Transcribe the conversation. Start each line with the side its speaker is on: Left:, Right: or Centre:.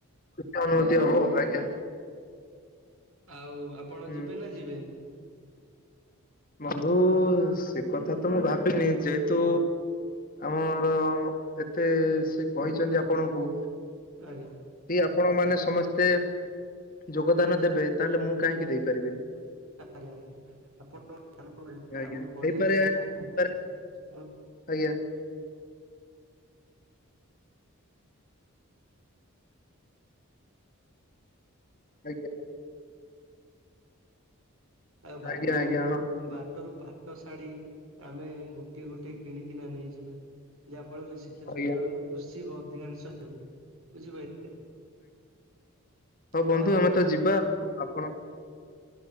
Left: ଖୁସି ଅନୁଭୂତି ହବ ଆଜ୍ଞା
Right: ଆଉ ଆପଣ
Left: ହୁଁ।
Right: ଯିବେ ନା ଯିବେନି?
Left: ବନ୍ଧୁ ସେ କଥା ତ ମୁଁ ଭାବିନି। ଯେହେତୁ ଆମର ଏତେ ସେ କହିଚନ୍ତି ଆପଣଙ୍କୁ।
Right: ଆଜ୍ଞା
Left: ଆପଣ ମାନେ ସମସ୍ତେ ଯୋଗଦାନ ଦେବେ ତା'ହେଲେ ମୁଁ କାହିଁକି ଦେଇପାରିବିନି।
Right: <inaudible>
Left: ଆଜ୍ଞା ହେଇପାରେ ହେଇପାରେ।
Right: <inaudible> <inaudible> <inaudible>
Left: ଆଜ୍ଞା। ଆଜ୍ଞା
Right: ଆଉ ବାଟରୁ
Left: ଆଜ୍ଞା ଆଜ୍ଞା ହଁ
Right: ବାଟରୁ
Left: ବନ୍ଧୁ
Right: ପାଟ ଶାଢୀ ଆମେ ଗୋଟେ ଗୋଟିଏ ଗୋଟିଏ କିଣିକିନା ନେଇଯିବା ଯାହା ଫଳରେ ଶିକ୍ଷୟତ୍ରୀ
Left: ଆଜ୍ଞା
Right: ଜଣ ଖୁସି ଅଧିକାଂଶ ହେବେ ବୁଝିପାଇଲେ।
Left: ହଉ
Right: ଆଉ
Left: ବନ୍ଧୁ
Right: ଆପଣ
Left: ଆମେ
Right: କ
Left: ତ ଯିବା ଆପଣ